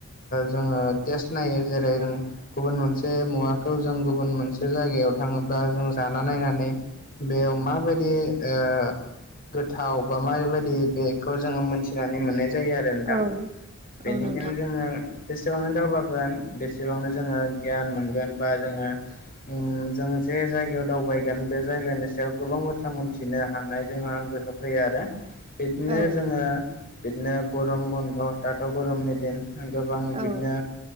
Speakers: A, on the left; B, on the right.
A: जोङो टेस्ट नायो जेरै जों गुबुन मोनसे बे मुवाखौ जों गुबुन मोनसे जायगायाव थाङोब्ला जों जाना नायनानै बेयाव माबायदि ओ गोथाव बा माबाबायदि बे खौ जोङो मोनथिनानै मोननाय जायो आरो नोंथां।
B: औ
A: बेनिखायनो
B: औ नोंथां
A: जोङो जेसेबांनो दावगागोन बेसेबांनो जोङो गियान मोनगोन बा जोङो उम जों जे जायगायाव दावबायगोन बे जायगानि सायाव गोबां बाथ्रा मोनथिनो हानाय जोंहा गोहो फैयो आरो बिदिनो
B: औ
A: जोङो बिदिनो गरम बन्द' दाथ' गरमनि दिन, गोबां
B: औ
A: बिदिनो